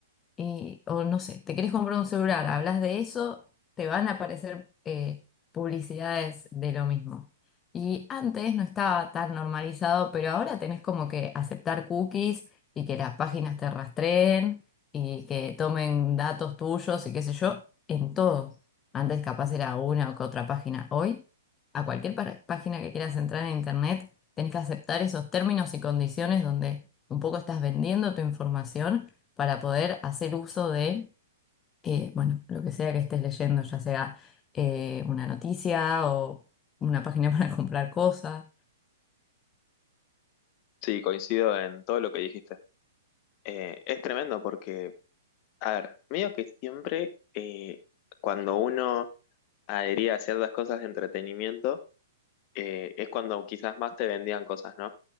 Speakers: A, on the left; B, on the left.
A: eh, o no sé, te querés comprar un celular, hablas de eso, te van a aparecer eh, publicidades de lo mismo. Y antes no estaba tan normalizado, pero ahora tenés como que aceptar cookies y que las páginas te rastreen y que tomen datos tuyos y qué sé yo, en todo. Antes capaz era una o que otra página. Hoy, a cualquier pa- página que quieras entrar en internet, tenés que aceptar esos términos y condiciones donde un poco estás vendiendo tu información para poder hacer uso de, eh, bueno, lo que sea que estés leyendo, ya sea eh, una noticia o una página <laughs> para comprar cosas.
B: Sí, coincido en todo lo que dijiste. Eh, es tremendo porque, a ver, medio que siempre eh, cuando uno adhería a ciertas cosas de entretenimiento, eh, es cuando quizás más te vendían cosas, ¿no?